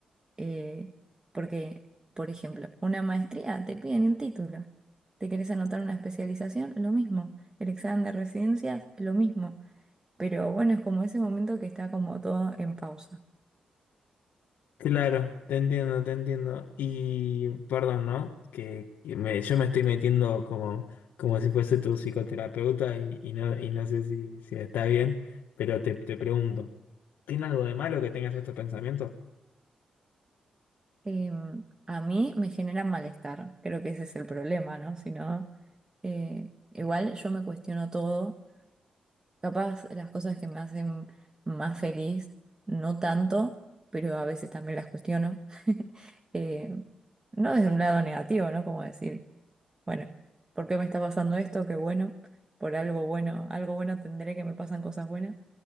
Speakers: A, on the right; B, on the left.
A: eh, porque, por ejemplo, una maestría te piden el título. ¿Te querés anotar una especialización? Lo mismo. El examen de residencias, lo mismo. Pero bueno, es como ese momento que está como todo en pausa.
B: Claro, te entiendo, te entiendo. Y perdón, ¿no? Que, que me- yo me estoy metiendo como, como si fuese tu psicoterapeuta y, y no, y no sé si, si está bien, pero te, te pregunto, ¿tiene algo de malo que tengas estos pensamientos?
A: Em, a mí me genera malestar, creo que ese es el problema, ¿no? Si no, eh, igual yo me cuestiono todo Capaz las cosas que me hacen más feliz, no tanto, pero a veces también las cuestiono. <laughs> Eh, no desde un lado negativo, ¿no? Como decir, bueno, ¿por qué me está pasando esto? Qué bueno, por algo bueno, algo bueno tendré que me pasan cosas buenas.